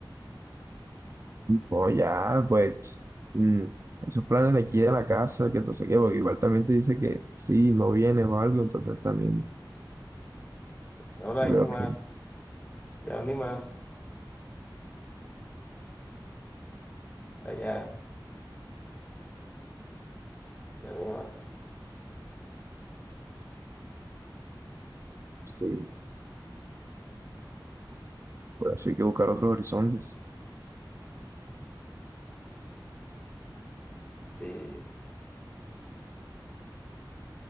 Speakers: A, on the right; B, on the left.
A: No, ya, pues, mm, esos planes de aquí de la casa, que entonces qué, porque igual también te dice que sí, no vienes o algo, entonces también,
B: No la
A: luego,
B: he hecho más. Ya ni más. Allá, ya ni más.
A: sí, por eso hay que buscar otros horizontes,
B: Sí,